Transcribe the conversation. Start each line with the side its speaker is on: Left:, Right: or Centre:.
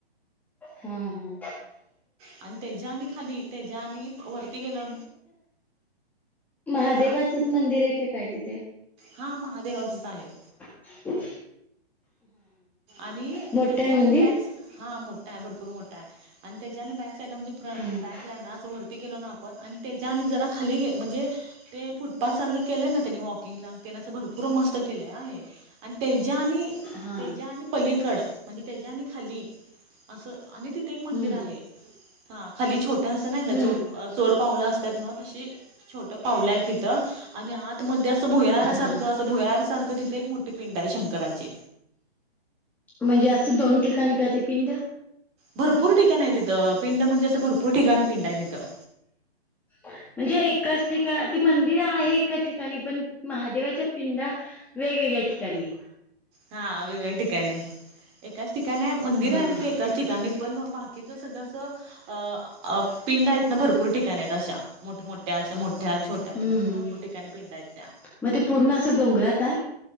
Centre: हां हां.
Right: आणि तेच्या्या आणि खाली त्याच्या्या आणि वरती गेलो.
Centre: महादेवाचं
Right: हा
Centre: मंदिर आहे काय तिथे
Right: हा महादेवाच आहे.
Centre: हम्म.
Right: आणि
Centre: मोठं
Right: तेच्या
Centre: आहे मंदिर
Right: बॅक हा मोड आहे भरपूर मोटा आणि त्या बॅक साइड म्हणजे
Centre: हम्म
Right: बँकला अस वरती केलो ना आपण आणि त्याच्या आणि जरा खाली म्हणजे ते फुटपाथ सारखं केलंय ना त्यांनी वॉकिंग ला त्यांं भर पुरं मस्त केले आहे आणि त्याच्या आणि
Centre: हा.
Right: ज्या आणि पलीकड म्हणजे त्या ज्या आणि खाली असं आणि तिथे एक
Centre: हम्म
Right: मंदिर आहे. हा खाली छोट्या असतं नाही का
Centre: हम्म
Right: चोर चोर पावला असतात ना तशी छोट पाऊला आहे तिथं आणि आत मध्ये असं भुयारा
Centre: हा
Right: सारखं अस. भुयारसारखं तिथे एक मोठे पिंड आहे शंकराची
Centre: म्हणजे असं दोन ठिकाणी का ते पिंड
Right: भरपूर ठिकाण आहे तिथं पिंड म्हणजे असं भरपूर ठिकाण पिंड आहे तिथं.
Centre: म्हणजे एकाच ठिका ती मंदिर आहे एका ठिकाणी पण महादेवाच्या पिंडा वेगवेगळ्या ठिकाणी
Right: हा अ भेट काने आहे. एकाच ठिकाणी आहे मंदिर
Centre: हा
Right: आहे
Centre: हा
Right: ते एकाच ठिकाणी पण बाकीच सगळं अस. अ पिंड आहेत ना भरपूर ठिकाणी आहेत अशा मोठ मोठ्या अशा मोठ्याछोट्या
Centre: हम्म
Right: त्या असं भरपूर ठिकाणी पिंड आहेत त्या
Centre: मग ते पूर्ण असं डोंगरात आहे.